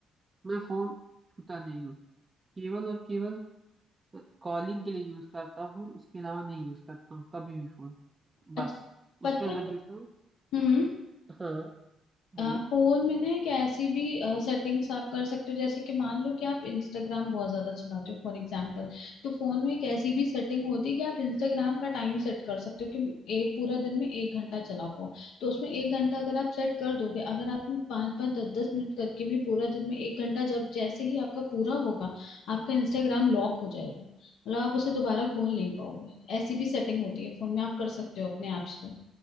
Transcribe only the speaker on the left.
अच्छा
पता
है
हम्म
आ, फोन में ना एक ऐसी भी सेटिंग्स आप कर सकते हो जैसे कि मान लो कि आप इंस्टाग्राम बहुत ज्यादा चलाते हो फॉर एग्जांपल तो फोन में एक ऐसी भी सेटिंग होती है कि आप इंस्टाग्राम का टाइम सेट कर सकते हो कि एक पूरा दिन में एक घंटा चला पाओ तो उसमें एक घंटा अगर आप सेट कर दोगे अगर आपने पाँच पाँच दस दस मिनट करके भी पूरा दिन में एक घंटा जब जैसे ही आपका पूरा होगा आपका इंस्टाग्राम लॉक हो जाएगा मतलब आप उसे दोबारा खोल नहीं पाओगे ऐसी भी सेटिंग होती है फोन में आप कर सकते हो अपने ऐप्स को